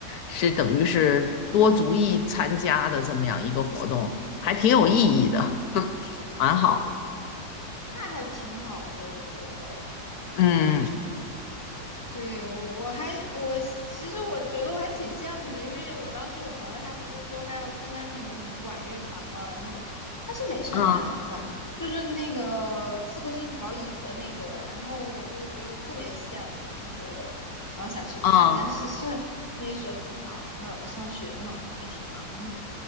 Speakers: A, on the left; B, on the left.
A: 是等于是多族裔参加的这么样一个活动，还挺有意义的，
B: 嗯，
A: <laughs> 蛮好的。
B: 那还挺好的，我觉得。
A: 嗯
B: 对，我我还我其实我觉得我还挺羡慕的，因为我当时我朋友他不是说他要参加那个什么管乐团嘛，然后他是美声团还是什么团，
A: 嗯
B: 就是那个《刺客信条》影的那个，然后我就觉得特别羡慕，我就觉得然后想去看，
A: 嗯。
B: 但是是那时候挺忙的，上学呢，还挺忙呢。